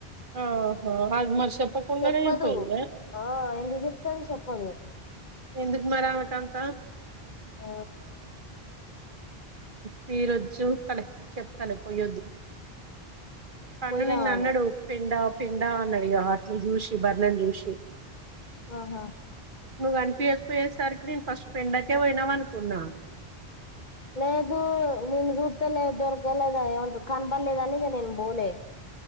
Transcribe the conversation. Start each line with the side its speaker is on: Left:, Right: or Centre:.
Right: ఆహా అది మరి చెప్పకుండానే
Left: చెప్పదు
Right: పోయిందా
Left: ఆ ఎందుకు చెప్తాది చెప్పదు
Right: ఎందుకు మర ఆమె కంత
Left: ఆ
Right: తీ రజు చూత్తలే చెప్తలే పోయ్యొద్దు పన్ను
Left: పోయి
Right: నిన్న
Left: రావాలే
Right: అన్నడు పిండా పిండా అన్నడు ఇగ ఆత్ని జూసి బర్లేన్ జూషి
Left: ఆహా
Right: నువ్వు అనిపియకపోయేసరికి నేను ఫస్ట్ పెండకే పోయినావ అనుకున్నా
Left: లేదు నిన్ను చూత్తలే దొరకలేదా ఏమంట కనపల్లేద అని ఇగ నేను పోలే